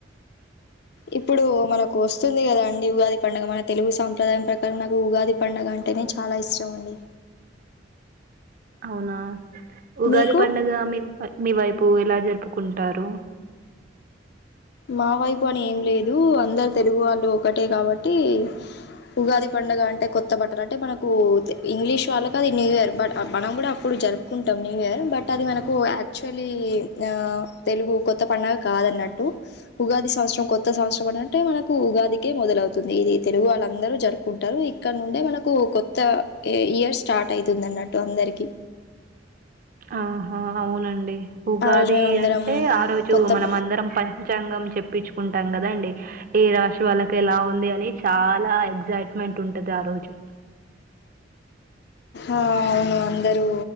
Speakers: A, on the left; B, on the right.
A: ఇప్పుడు మనకు వస్తుంది కదా అండి ఉగాది పండుగ మన తెలుగు సాంప్రదాయం ప్రకారం నాకు ఉగాది పండగ అంటేనే చాలా ఇష్టం అండి
B: అవునా ఉగాది
A: మీకు
B: పండగ మీ మీ వేపు పు ఎలా జరుపుకుంటారు
A: మావేపు అని ఏంలేదు అందరు తెలుగు వాళ్ళు ఒకటే కాబట్టి ఉగాది పండగ అంటే కొత్త బట్టలు అంటే మనకు ఇంగ్లీష్ వాళ్ళకు అది న్యూ ఇయర్ బట్ మనం కూడా అప్పుడు జరుపుకుంటాం న్యూఇయర్ బట్ అది మనకు యాక్చువల్లీ ఆ తెలుగు కొత్తపండగ కాదన్నట్టు ఉగాది సంవత్సరం కొత్త సంవత్సరం అని అంటే మనకు ఉగాదికే మొదలవుతది ఇది తెలుగు వాళ్ళందరూ జరుపుకుంటారు ఇక్కడ నుండే మనకు కొత్త ఇయర్ స్టార్ట్ అవుతుంది అన్నట్టు అందరికి
B: ఆహా అవునండి ఉగాది
A: ఆ రోజు మేము అందరం
B: అంటే ఆ రోజు
A: కొత్త
B: మనం అందరం పంచాంగం చెప్ ప్పించుకుంటాం కదండి ఏ రాశి వాళ్ళకి ఎలా ఉంది అని చాలా ఎక్సయిట్మెంట్ ఉంటది ఆ రోజు
A: ఆ అవును అందరూ